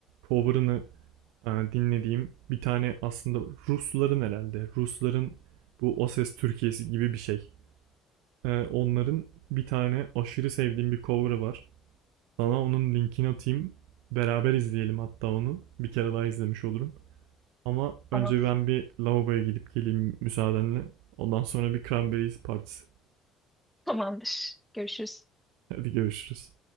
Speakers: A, on the right (about 70°); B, in the centre.
A: cover'ını e, dinlediğim bir tane aslında Rusların herhalde. Rusların bu O Ses Türkiye'si gibi bir şey. E, onların bir tane aşırı sevdiğim bir cover'ı var. Sana onun linkini atayım. Beraber izleyelim hatta onu. Bir kere daha izlemiş olurum. Ama
B: Ama
A: önce ben bir lavaboya gidip geleyim müsaadenle. Ondan sonra bir cranberries partisi.
B: Tamamdır. Görüşürüz.
A: Hadi görüşürüz.